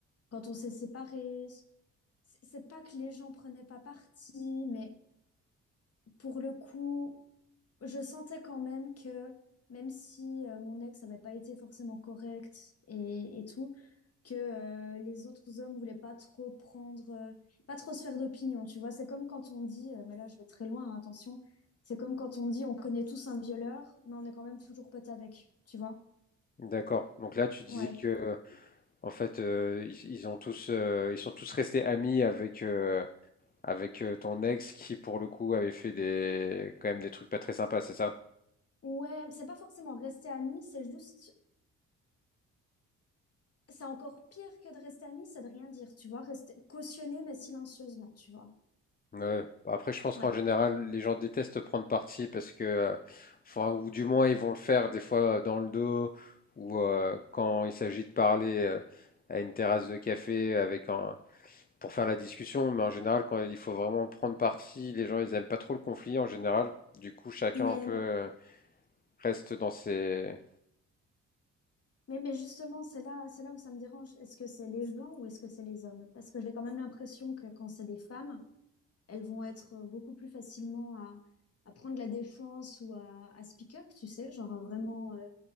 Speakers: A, on the left; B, on the left.
A: quand on s'est séparés, c'est c'est pas que les gens prenaient pas parti, mais pour le coup, je sentais quand même que, même si euh, mon ex n'avait pas été forcément correct et, et tout, que euh, les autres hommes voulaient pas trop prendre, euh, pas trop se faire d'opinion, tu vois. C'est comme quand on dit, euh, mais là je vais très loin, hein, attention, c'est comme quand on dit on connaît tous un violeur, mais on est quand même toujours potes avec, tu vois.
B: D'accord. Donc là, tu disais
A: Ouais.
B: que en fait euh, ils, ils ont tous euh, ils sont tous restés amis avec euh, avec euh, ton ex qui pour le coup avait fait des quand même des trucs pas très sympas, c'est ça?
A: Ouais, c'est pas forcément rester ami c'est juste, c'est encore pire que de rester ami c'est de rien dire, tu vois, rester cautionner mais silencieusement, tu vois.
B: Ouais. Bah, Après, je pense
A: Ouais.
B: qu'en général, les gens détestent prendre parti parce que, euh, enfin, ou du moins, ils vont le faire des fois euh, dans le dos ou euh, quand il s'agit de parler euh, à une terrasse de café avec un, pour faire la discussion. Mais en général, quand il faut vraiment prendre parti, les gens, ils aiment pas trop le conflit en général. Du coup, chacun
A: Mais
B: un peu euh, reste dans ses.
A: Mais, mais justement, c'est là, c'est là où ça me dérange. Est-ce que c'est les gens ou est-ce que c'est les hommes? Parce que j'ai quand même l'impression que quand c'est des femmes, elles vont être euh, beaucoup plus facilement à, à prendre la défense ou à, à speak up, tu sais, genre à vraiment euh,